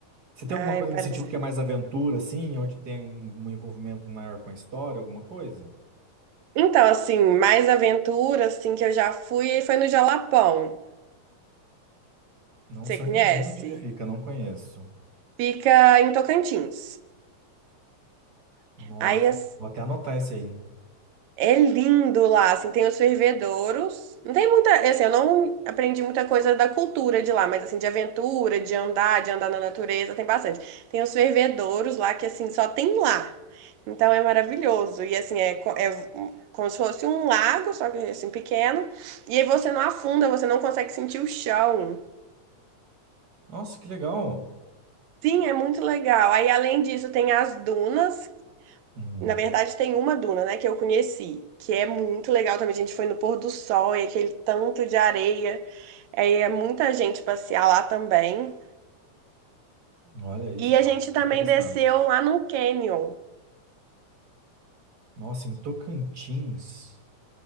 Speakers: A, on the right; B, on the right.
A: Você tem
B: Ai,
A: alguma coisa
B: parece.
A: nesse sentido que é mais aventura, assim, onde tem um um envolvimento maior com a história, alguma coisa?
B: Então, assim, mais aventura, assim, que eu já fui, foi no Jalapão.
A: Não
B: Você
A: sei
B: conhece?
A: onde, onde fica, não conheço.
B: Fica em Tocantins.
A: Nossa,
B: Aí, as-
A: vou até anotar esse aí.
B: É lindo lá, assim, tem os fervedouros. Não tem muita, assim, eu não aprendi muita coisa da cultura de lá, mas assim, de aventura, de andar, de andar na natureza, tem bastante. Tem os fervedouros lá que assim, só tem lá. Então é maravilhoso. E assim, é, co- é como se fosse um lago, só que assim, pequeno. E aí você não afunda, você não consegue sentir o chão.
A: Nossa, que legal!
B: Sim, é muito legal. Aí além disso, tem as dunas,
A: Hum,
B: Na verdade, tem uma duna, né, que eu conheci, que é muito legal também. A gente foi no pôr do sol e aquele tanto de areia. Aí é muita gente passear lá também.
A: olha, isso-
B: E a gente também
A: interessado.
B: desceu lá no Canyon.
A: Nossa, em Tocantins,